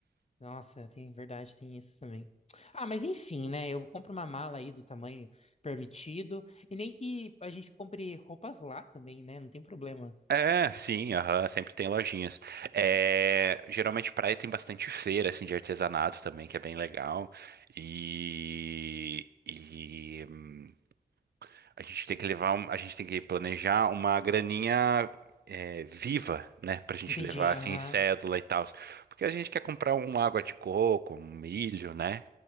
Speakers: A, on the left; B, on the right.
A: Nossa, tem verdade, tem isso também. Ah, mas enfim, né? Eu compro uma mala aí do tamanho permitido. E nem que a gente compre roupas lá também, né? Não tem problema.
B: É, sim,
A: Uhum.
B: aham, sempre tem lojinhas. É, geralmente praia tem bastante feira assim de artesanato também, que é bem legal. E, e hum, a gente tem que levar, um- a gente tem que planejar uma graninha é, viva, né, pra gente
A: Entendi,
B: levar
A: aham.
B: assim em cédula e tal, porque a gente quer comprar uma água de coco, um milho, né?